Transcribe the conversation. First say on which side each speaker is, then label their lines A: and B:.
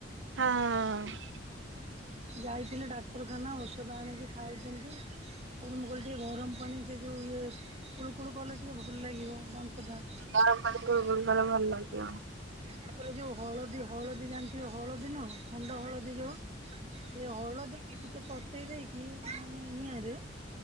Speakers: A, on the right; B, on the right.
A: ହଁ।
B: <unintelligible> ଯାଇଥିଲେ ଡାକ୍ତରଖାନା ଔଷଧ ଆଣିକି ଖାଉଛନ୍ତି। ତାପରେ ମୁଁ କହିଲି ଟିକେ ଗରମ ପାଣି ସେ ଯେଉଁ ଇଏ କୁଳୁକୁଳୁ କଲେ ଟିକେ ଭଲ ଲାଗିବ ଦାନ୍ତ ଟା।
A: ଗରମ ପାଣି କୁଲୁକୁଲୁ କଲେ ଭଲ ଲାଗିବ।
B: ତାପରେ ଯୋଉ ହଳଦୀ ହଳଦୀ ଜାଣିଥିବେ ହଳଦୀ ନୁହ ଖଣ୍ଡ ହଳଦୀ ଯୋଉ ସେ ହଳଦୀ କି ଟିକେ ତତେଇ ଦେଇକି ମାନେ ନିଆଁରେ